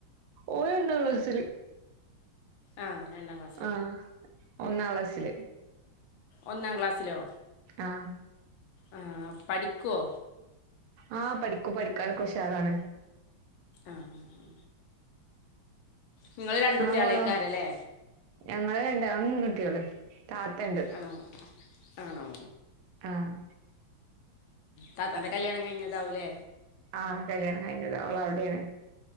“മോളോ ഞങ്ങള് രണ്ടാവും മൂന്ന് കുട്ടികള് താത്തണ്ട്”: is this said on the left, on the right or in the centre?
Right